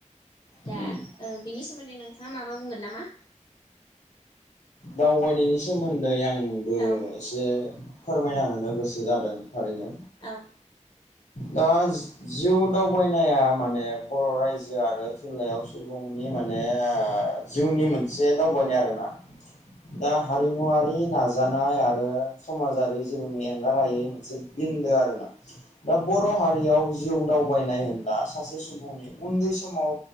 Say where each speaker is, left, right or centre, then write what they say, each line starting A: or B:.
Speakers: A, on the left; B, on the left.
A: दा
B: उम
A: ओ बिनि सोमोन्दै नोंथाङा माबा बुंगोन नामा?
B: दावबायनायनि सोमोन्दै आंबो
A: औ
B: एसे फोरमायना होनो गोसो जादों थारैनो
A: औ उम औ उम औ उम औ उम औ उम औ उम औ उम
B: दा जिउ दावबायनाया माने बर' रायजो आरो जिल्लायाव सुबुंनि माने जिउनि मोनसे दावबायनाय आरोना दा हारिमुवारि नाजानाय आरो समाजारि जिउनि एंगारायै मोनसे बिन्दो आरोना दा बर' हारियाव जिउ दावबायनाय होनब्ला सासे सुबुंनि उन्दै समाव